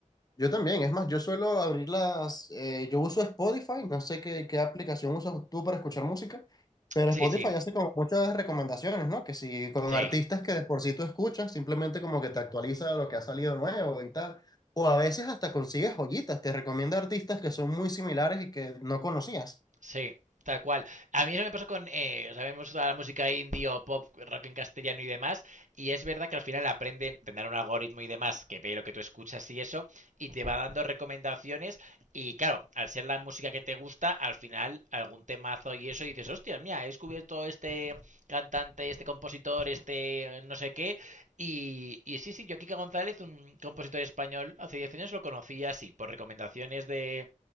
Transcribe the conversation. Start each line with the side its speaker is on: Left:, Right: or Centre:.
Left: Yo también, es más, yo suelo abrir las, eh, yo uso Spotify, no sé qué, qué aplicación usas tú para escuchar música, pero
Right: Sí,
Left: Spotify
Right: sí,
Left: hace como muchas recomendaciones, ¿no? Que si con
Right: sí.
Left: artistas que de por sí tú escuchas, simplemente como que te actualiza lo que ha salido nuevo y tal, o a veces hasta consigues joyitas, te recomienda artistas que son muy similares y que no conocías.
Right: Sí, tal cual. A mí eso me pasó con, eh, o sea, vemos toda la música indie o pop, rock en castellano y demás, y es verdad que al final aprenden, tendrán un algoritmo y demás que ve lo que tú escuchas y eso, y te va dando recomendaciones, y claro, al ser la música que te gusta, al final algún temazo y eso, y dices, hostias, mira, he descubierto este cantante, este compositor, este no sé qué, y, y sí, sí, yo Kika González, un compositor español, hace 10 años lo conocí así, por recomendaciones de